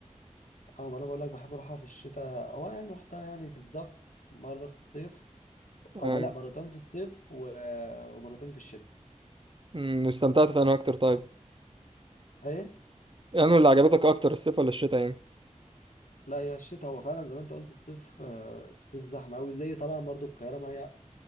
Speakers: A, on the left; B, on the right.
A: اه ما أنا بقول لك بحب أروحها في الشتاء هو أنا يعني روحتها يعني بالظبط مرة في الصيف أو
B: آه.
A: ما- لا مرتين في الصيف و- ومرتين في الشتاء
B: أمم، واستمتعت في أنا أكتر طيب
A: هي
B: يعني اللي عجبتك أكتر الصيف ولا الشتا يعني
A: لا هي الشتاء هو فعلا زي ما انت قلت الصيف آه، الصيف زحمة قوي زي طبعا برضو القاهرة ما هي